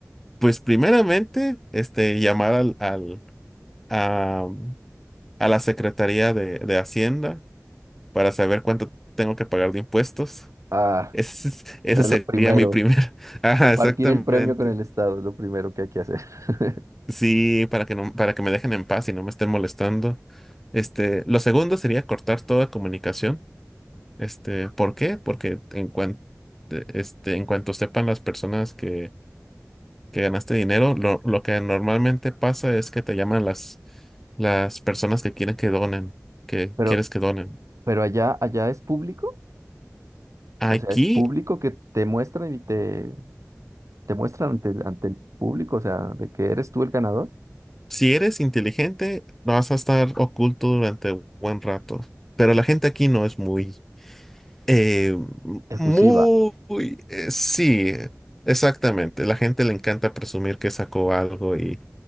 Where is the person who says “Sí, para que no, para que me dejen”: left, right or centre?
Centre